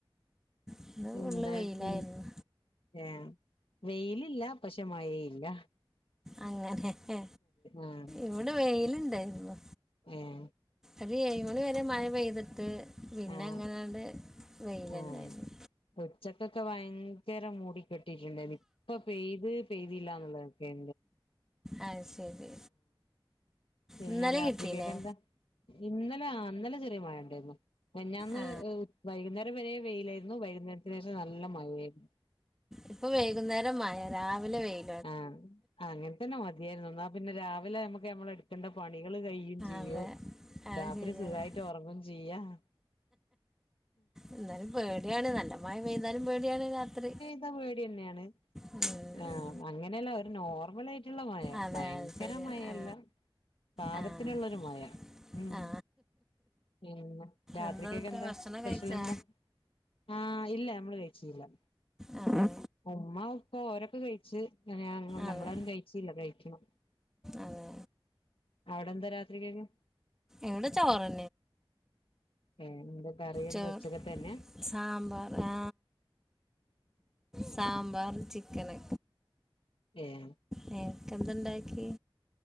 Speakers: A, in the centre; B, on the left.
A: ഇന്ന് ഫുള്ള്
B: എന്താ
A: വെയിലായിരുന്നു
B: ഉം ഏ വെയിലില്ല പക്ഷെ മയയില്ല
A: അങ്ങനെ ഹെ
B: ആ
A: ഇവിടെ വെയിലുണ്ടായിന്നു
B: ഏഹ്
A: ഒരു ഏഴ് മണി വരെ മഴ പെയ്തിട്ട് പിന്നെ
B: ആ
A: അങ്ങനണ്ട് വെയിലന്നായിരുന്നു
B: ആ ഉച്ചക്കൊക്കെ ഭയങ്കര മൂടിക്കെട്ടിയിട്ടുണ്ടായിനു ഇപ്പൊ പെയ്ത് പെയ്തി ല്ലാന്നുള്ള തൊക്കെ
A: ആഹ് ശരി
B: പിന്നെ
A: ഇന്നല
B: രാത്രിക്കൊക്കെ
A: കിട്ടീലേ
B: എന്താ ഇന്നലെ അ ഇന്നലെ ചെറ്യാ മഴ ണ്ടായിരുന്നു മിന്നാന്ന്
A: ആ
B: വൈകുന്നേരം വരെ വെയിലായിരുന്നു വൈകുന്നേരത്തിനേഷം നല്ല മഴയായിരുന്നു
A: ഇപ്പൊ വൈകുന്നേരം മഴ രാവിലെ വെയിൽ
B: ആഹ് അങ്ങനെ തന്നെ മതിയായിരുന്നു എന്നാ പിന്നെ രാവിലെ നമ്മുക്ക് നമ്മള എടുക്കേണ്ട പണികൾ കഴിയും ചെയ്യും
A: അതെ അത്
B: രാത്രി
A: ശരിയാണ്
B: സുഖായിട്ട് ഒറങ്ങും ചെയ്യാ
A: ഇന്നാലും പേടിയാണ് നല്ല മഴ പെയു താലും പേടിയാണ് രാത്രി
B: ത്ത പേടിയന്നേന്
A: ഉം, ഉം.
B: ആ അങ്ങനല്ല ഒരു നോർമലായി റ്റുള്ള മയ
A: അതെ
B: ഭയങ്കര
A: അത് ശരിയാണ്
B: മയല്ല
A: ആ
B: പാകത്തിലുള്ളൊരു
A: ആ
B: മയ ഉം
A: ആ
B: പിന്നെ രാത്രിക്കക്കെന്താ
A: എന്താ എന്നിട്ട് ഭക്ഷണം
B: സ്പെഷ്യലെന്താ
A: കഴിച്ചാ
B: ആഹ് ഇല്ല നമ്മള് കഴിച്ചില്ല
A: ആഹ്
B: ഉമ്മ ഉപ്പ ഓരൊക്കെ കഴിച്ചു
A: അതെ
B: നമ്മളാരും കഴിച്ചില്ല കഴിക്കണം
A: അതെ
B: അവിടെ എന്താ രാത്രിക്കെക്ക്
A: എവിടെ ചോറ്
B: ഏ എന്തൊ കറി എന്തുവാ
A: ചോറ്
B: ഉച്ചക്കെത്തെ തന്നെ
A: സാമ്പാർ ആ സാമ്പാർ ചിക്കന്
B: ഏയെ
A: നിക്കെ എന്ത് ഉണ്ടാക്കി